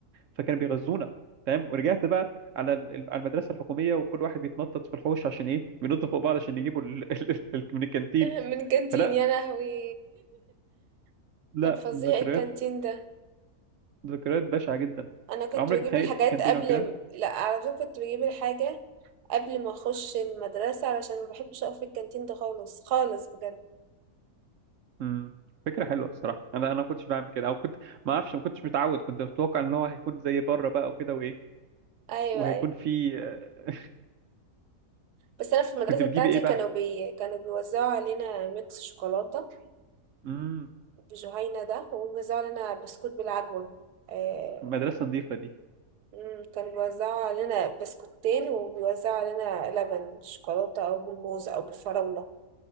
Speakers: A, on the right (about 65°); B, on the right (about 80°).
A: فكانوا بيغذونا تمام ورجعت بقى على ال- على المدرسه الحكوميه وكل واحد بيتنطط في الحوش عشان ايه بينط فوق بعض عشان يجيبوا ال- <laughs> ال- ال- من الكانتين
B: من كانتين
A: فلا
B: يا لهوي <laughs>
A: لا
B: كان فظيع
A: ذكريات
B: الكانتين ده
A: ذكريات بشعه جدا
B: انا كنت
A: عمرك
B: بجيب
A: اتخانقت
B: الحاجات
A: في الكانتين
B: قبل
A: او كده
B: م- لا على طول كنت بجيب الحاجة قبل ما اخش المدرسة علشان ما بحبش اقف في الكانتين ده خالص خالص بجد
A: امم فكرة حلوة الصراحة انا انا ما كنتش بعمل كده او كنت ما اعرفش ما كنتش متعود كنت متوقع ان هو هيكون زي بره بقى وكده وايه
B: ايوه
A: وهيكون
B: ايوه
A: في آه،
B: بس انا في المدرسه
A: كنت بتجيبي
B: بتاعتي
A: ايه بقى
B: كانوا بي... كانوا بيوزعوا علينا ميكس شوكولاته
A: امم
B: بجهينه ده وبيوزعوا علينا بسكوت بالعجوه آه...
A: مدرسة نظيفة دي
B: مم، كانوا بيوزعوا علينا بسكوتين وبيوزعوا علينا لبن شوكولاته او بالموز او بالفراوله